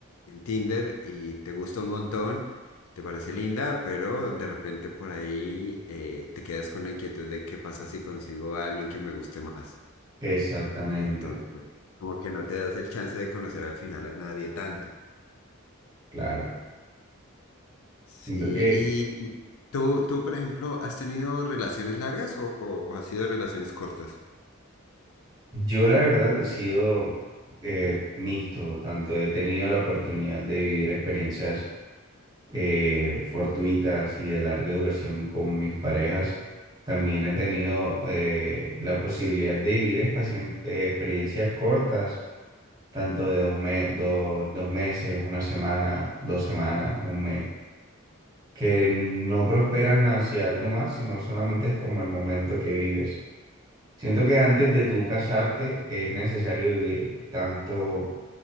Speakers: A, on the left; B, on the right.
A: en Tinder y te gusta un montón, te parece linda, pero de repente por ahí eh, te quedas con la inquietud de qué pasa si consigo a alguien que me guste más, ¿no?
B: Exactamente,
A: Entonces... Como que no te das el chance de conocer al final a nadie tanto.
B: claro.
A: Sí,
B: Siento que
A: y, y tú, tú, por ejemplo, ¿has tenido relaciones largas o, o has sido relaciones cortas?
B: yo la verdad he sido eh, mixto, tanto he tenido la oportunidad de vivir experiencias eh, fortuitas y de larga duración con mis parejas. También he tenido eh, la posibilidad de vivir espacien- eh, experiencias cortas, tanto de dos, me- do- dos meses, una semana, dos semanas, un mes. que no prosperan hacia algo más, sino solamente es como el momento que vives. Siento que antes de tú casarte es necesario vivir tanto